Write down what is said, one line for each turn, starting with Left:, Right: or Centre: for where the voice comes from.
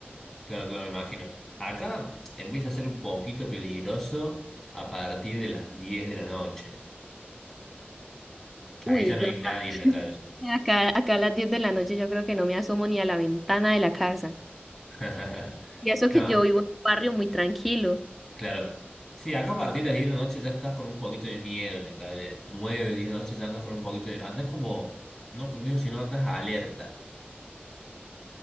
Left: claro, claro, me imagino. Acá empieza a ser un poquito peligroso a partir de las 10 de la noche, que
Centre: Uy,
Left: ahí ya no
Centre: yo
Left: hay
Centre: acá,
Left: nadie en la calle.
Centre: acá, acá a las diez de la noche yo creo que no me asomo ni a la ventana de la casa.
Left: <laughs>
Centre: Y eso que
Left: No,
Centre: yo vivo en un barrio muy tranquilo.
Left: Claro. Sí, acá a partir de las 10 de la noche ya estás con un poquito de miedo en la calle. 9, 10 de la noche ya andas con un poquito de... Andás como, no con miedo, sino andas alerta.